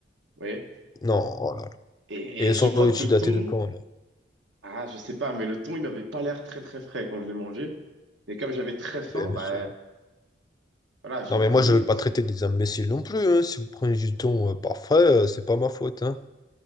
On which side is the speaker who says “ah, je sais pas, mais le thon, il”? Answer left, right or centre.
Right